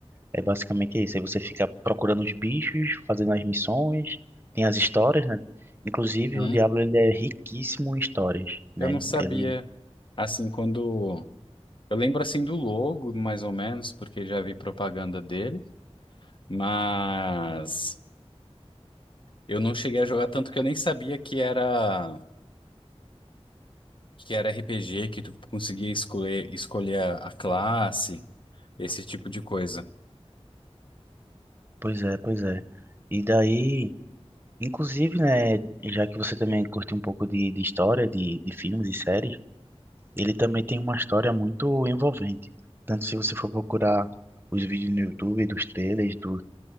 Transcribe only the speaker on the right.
É basicamente isso. Aí você fica procurando os bichos, fazendo as missões, tem as histórias, né? Inclusive,
o Diablo ele é riquíssimo em histórias, né?
Ele,
pois é, pois é. E daí, inclusive, né, já que você também curte um pouco de, de história, de, de filmes e séries, ele também tem uma história muito envolvente. Tanto se você for procurar os vídeos no YouTube, dos trailers, do,